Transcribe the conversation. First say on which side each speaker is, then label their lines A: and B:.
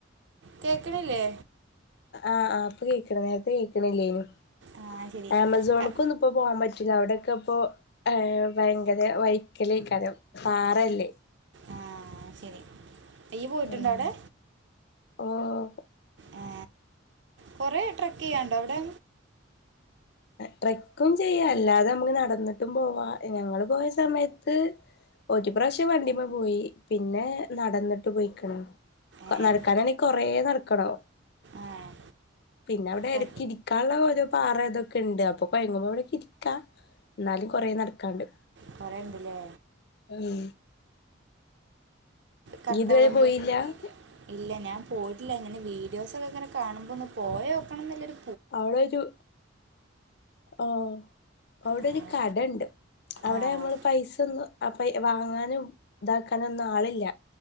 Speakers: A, on the right (about 60°); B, on the left (about 55°).
A: കേൾക്കണില്ലേ
B: ആഹ് ആഹ് ഇപ്പൊ കേക്ക്ണ് നേരത്തെ കേക്കണില്ലേനു
A: ആ ശരി
B: ആമസോണ്ക്കൊന്ന്
A: ക-
B: ഇപ്പൊ പോകാൻ പറ്റൂല്ല അവിടെഒ ക്കെ ഇപ്പോ ഭയങ്കര വഴക്കലക്കലേകാരം പാറല്ലേ
A: ആഹ് ശെരി ഇയ്യ് പോയിട്ടുണ്ടോ
B: ഉം
A: അവിടെ
B: ഓഹ്
A: ആ കൊറെ ട്രക്ക് ചെയ്യണ്ടോ അവിടെ
B: ട്രക്കും ചെയ്യാ അല്ലാതെ നമുക്ക് നടന്നിട്ടും പോവാ ഞങ്ങള് പോയ സമയത്ത് ഒരു പ്രാവശ്യം വണ്ടിമ്മേ പോയി പിന്നെ നടന്നിട്ട് പോയിക്കണ്
A: ഏഹ്
B: നടക്കാനാണേ കൊറേ നടക്കണം
A: ആഹ്
B: പിന്നെ അവിടെ
A: കൊ
B: ഇടയ്ക്കിരിക്കാനുള്ള ഓരോ പാറ തൊക്കെ ഉണ്ട് അപ്പൊ കൊഴങ്ങുമ്പോ അവിടെക്ക ഇരിക്കാ എന്നാലും കുറ നടക്കാണ്ട്
A: കുറെ ഉണ്ടല്ലേ
B: ഉം
A: കക്കാടംപുഴേൽ
B: ഇയ്യ് ഇതുവരെ പോയില്ല
A: ഇല്ല ഞാൻ പോയിട്ടില്ല ഇങ്ങനെ വീഡിയോസൊക്കെ ഇങ്ങനെ കാണുമ്പോന്ന് പോയോക്കണംന്ന്ല്ലോര്
B: അവിടെ ഒരു ആഹ് അവിടെ
A: ആഹ്
B: ഒരു കടണ്ട് അവ്ടെ
A: ആഹ്
B: ഞമ്മള് പൈസൊന്നും അപെയ് വാങ്ങാനും ഇതാക്കാനൊന്നും ആളില്ല.